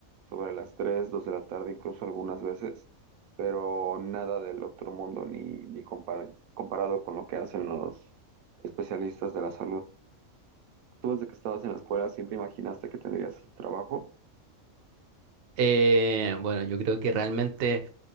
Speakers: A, on the right; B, on the right.
A: sobre las 3 2 de la tarde, incluso algunas veces, pero nada del otro mundo ni, ni compara- comparado con lo que hacen los especialistas de la salud. Tú desde que estabas en la escuela siempre imaginaste que tendrías este trabajo.
B: Eh, bueno, yo creo que realmente